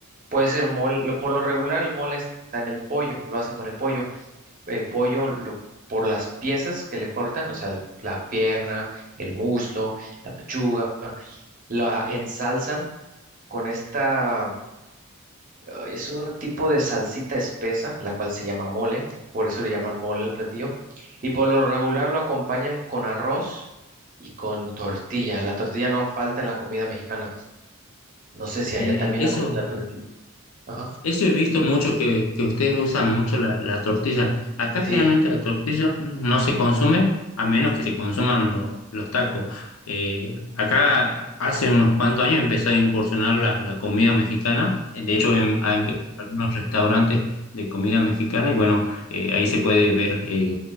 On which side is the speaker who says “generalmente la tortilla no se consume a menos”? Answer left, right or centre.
Left